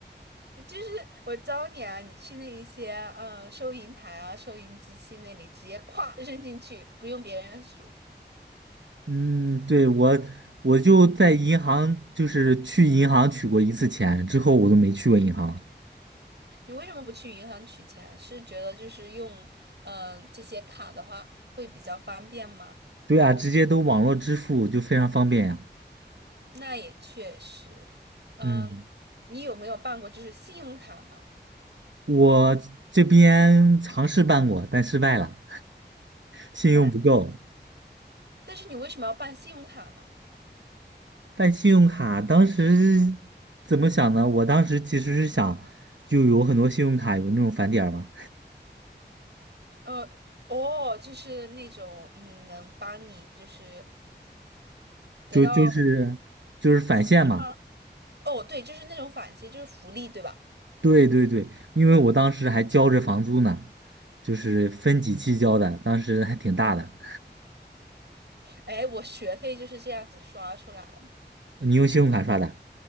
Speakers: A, on the right (about 70°); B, on the right (about 85°).
A: 就是我教你啊，你去那一些嗯收银台啊、收银机器那里直接咵扔进去，不用别人数。
B: 嗯，对，我我就在银行，就是去银行取过一次钱，之后我都没去过银行。
A: 你为什么不去银行取钱？是觉得就是用嗯、呃这些卡的话会比较方便吗？
B: 对啊，直接都网络支付就非常方便呀。
A: 那也确实，嗯、
B: 嗯，
A: 你有没有办过就是信用卡呢？
B: 我这边尝试办过，但失败了，信用不够。
A: 哎，但是你为什么要办信用卡呢？
B: 办信用卡当时怎么想呢？我当时其实是想，就有很多信用卡有那种返点儿嘛，
A: 呃，哦，就是那种嗯，能帮你就是得到
B: 就就是就是返现嘛。
A: 利吗？哦，对，就是那种返息，就是福利，对吧？
B: 对对对，因为我当时还交着房租呢，就是分几期交的，当时还挺大的。
A: 哎，我学费就是这样子刷出来的。
B: 你用信用卡刷的？